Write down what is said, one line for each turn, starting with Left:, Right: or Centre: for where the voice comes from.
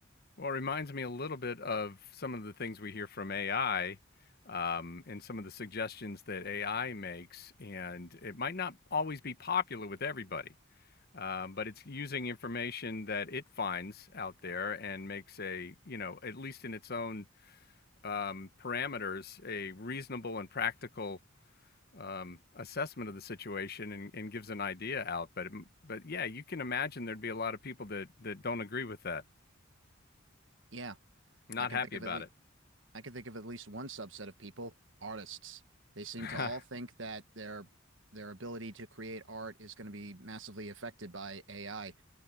Left: Well, it reminds me a little bit of some of the things we hear from AI um, and some of the suggestions that AI makes. And it might not always be popular with everybody, um, but it's using information that it finds out there and makes a, you know, at least in its own um, parameters, a reasonable and practical um assessment of the situation and, and gives an idea out but it- but yeah you can imagine there'd be a lot of people that that don't agree with that
Right: Yeah,
Left: not
Right: I can
Left: happy
Right: think of
Left: about
Right: at least.
Left: it
Right: I can think of at least one subset of people, artists. They seem
Left: <laughs>
Right: to all think that their their ability to create art is going to be massively affected by AI.